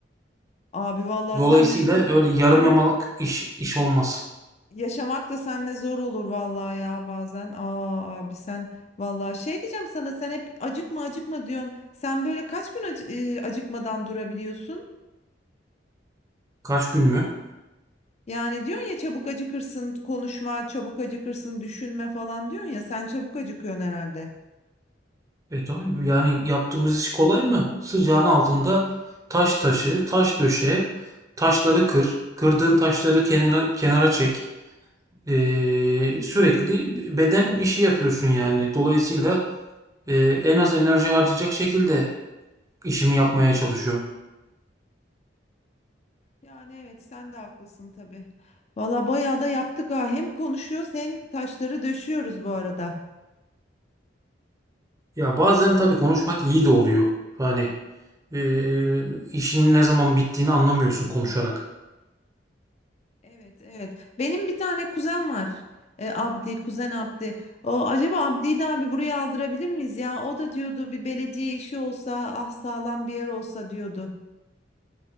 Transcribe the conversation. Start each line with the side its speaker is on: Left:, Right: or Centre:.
Left: Abi vallahi
Right: dolayısıyla
Left: senle,
Right: öyle yarım
Left: senle
Right: yamalık iş iş olmaz.
Left: yaşamak da senle zor olur vallahi ya bazen. Aa abi sen vallahi şey diyeceğim sana sen hep acıkma acıkma diyorsun. Sen böyle kaç gün acı- e, acıkmadan durabiliyorsun?
Right: Kaç gün mü?
Left: Yani diyorsun ya çabuk acıkırsın konuşma, çabuk acıkırsın düşünme falan diyorsun ya sen çabuk acıkıyorsun herhalde.
Right: E tabii yani yaptığımız iş kolay mı? Sıcağın altında taş taşı, taş döşe, taşları kır, kırdığın taşları kenara kenara çek. E, sürekli beden işi yapıyorsun yani. Dolayısıyla e, en az enerji harcayacak şekilde işimi yapmaya çalışıyorum.
Left: Yani evet sen de haklısın tabii. Valla bayağı da yaptık ha. Hem konuşuyoruz hem taşları döşüyoruz bu arada.
Right: Ya bazen tabii konuşmak iyi de oluyor. Hani eee, işin ne zaman bittiğini anlamıyorsun konuşarak.
Left: Evet evet. Benim bir tane kuzen var. E, Abdi, kuzen Abdi. O, acaba Abdi'yi de abi buraya aldırabilir miyiz ya? O da diyordu bir belediye işi olsa ah sağlam bir yer olsa diyordu.